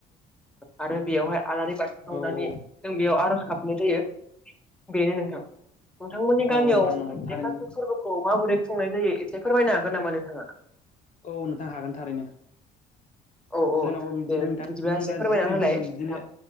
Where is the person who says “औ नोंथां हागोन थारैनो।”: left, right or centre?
Left